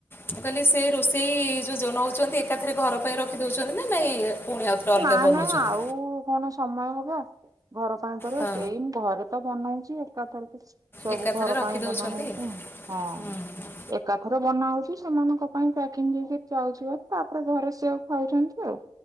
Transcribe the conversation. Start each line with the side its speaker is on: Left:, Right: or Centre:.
Left: ମୁଁ କହିଲି ସେ ରୋଷେଇ ଯୋଉ ଜୋନଉଛନ୍ତି ଏକାଥରେ ଘର ପାଇଁ ରଖି ଦଉଛନ୍ତି ନା ନାଇଁ ପୁଣି ଆଉ ଥରେ ଅଲଗା
Right: ନାଇଁ
Left: ବନଉଛନ୍ତି।
Right: ନାଇଁ ଆଉ କଣ ସମୟ ହଵ, ଘର ପାଇଁ କରିବୁ,
Left: ହଁ
Right: ଏଇ ଘର ତ ବନଉଛି ଏକାଥରକେ। ସବୁ
Left: ଏକାଥରେ
Right: ଘର
Left: ରଖିଦଉଛନ୍ତି।
Right: ପାଇଁ ବନା ହଉଛି, ହଁ
Left: ହୁଁ ହୁଁ
Right: ଏକାଥରେ ବନାଉଛି ସେମାନଙ୍କ ପାଇଁ ପ୍ୟାକିଙ୍ଗ ହେଇ କି ଯାଉଛି ବା ତାପରେ ଘରେ ସେୟାକୁ ଖାଉଛନ୍ତି ଆଉ।